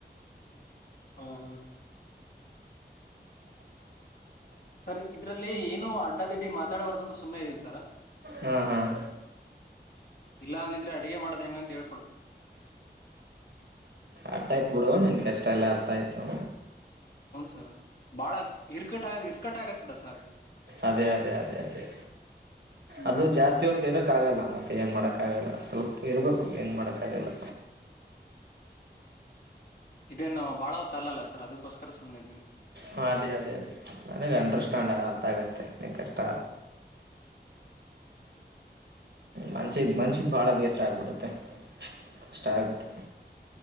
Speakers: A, on the left; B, on the right.
A: ಹ್ಮ ಹ್ಮ್ ಹ್ಮ ಸರ್ ಇದ್ರಲ್ಲಿ ಏನು ಅಡ್ಡದಿಡ್ಡಿ ಮಾತ್ರ ಎಡ ಬರ್ದಂತ ಸುಮ್ಮನೆ ಇದ್ದೀನಿ ಸರ
B: ಹಾಂ ಹಾಂ
A: ಇಲ್ಲ ಅಂದಿದ್ರೆ ಅಡುಗೆ ಮಾಡ್ದ್ ಹೆಂಗಂತ ಹೇಳ
B: ಅರ್ತಾಯ್ತ್ ಬಿಡು ನನ್ ಕಷ್ಟ ಎಲ್ಲ ಅರ್ತಾಯ್ತು
A: ಸರ್ ಬಾಳ ಇರ್ಕಟ್ ಇರ್ಕಟ್ಟ ಆಗತ್ಡ ಸರ್
B: ಅದೇ ಅದೇ ಅದೇ ಅದೇ
A: ಹ್ಮ್.
B: ಅದು ಜಾಸ್ತಿ ಹೋತಿರಕ್ಕ ಆಗಲ್ಲ ಮತ್ತುತ್ತ ಏನು ಮಾಡೋಕ್ಕಾಗಲ್ಲ ಸ್ವಲ್ಪ ಇರಬೇಕು ಏನ್ ಮಾಡೋಕ್ಕಾಗಲ್ಲ
A: ಇದೇನು ಬಾಳ ತ ಅಲ್ಲ ಸರ್ ಅದಕ್ಕೋಸ್ಕರ ಸುಮ್ನೆ ಇದೀ
B: ಹಾಂ ಅದೇ ಅದೇ ಅದೇ ನನಗೆ ಅಂಡರ್ಸ್ಟ್ಯಾಂಡ್ ಅರ್ಥ ಆಗುತ್ತೆ <unintelligible> ಮನ್ಸಿಗೆ ಮನ್ಸ್ಸಿಗೆ ಭಾಳ ಬೇಸರ ಆಗ್ಬಿಡುತ್ತೆ ಕಷ್ಟ ಆಯಿತು